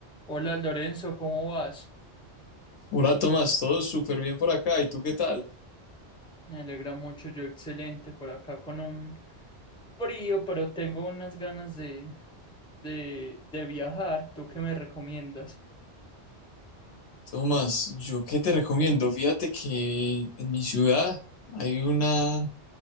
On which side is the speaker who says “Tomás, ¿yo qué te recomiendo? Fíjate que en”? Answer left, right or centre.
Left